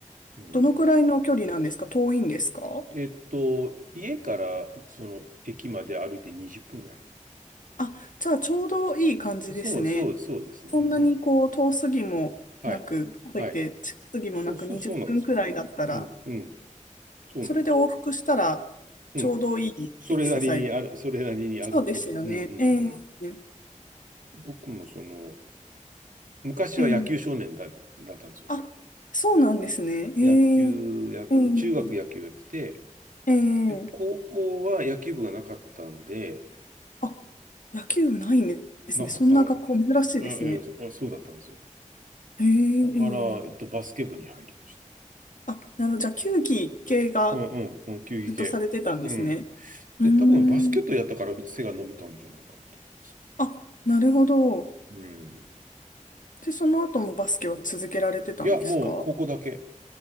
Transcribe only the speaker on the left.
どのくらいの距離なんですか遠いんですか
あ、じゃあちょうどいい感じですね。
そんなにこう遠すぎもなく、
かといって近すぎもなく20分くらいだったら、
それで往復したらちょうどいいエクササイズ。
そうですよね。
え
え
ええ
あ、そうなんですね。ええ
ええ
ええ
あ、野球部ないんですね。
そんな学校珍しいですね。
へえ、
ええ
あ、なるほど。じゃあ、球技系が
ずっとされてたんですね。
うー
ん。あ、なるほど。
で、その後もバスケは続けられてたんですか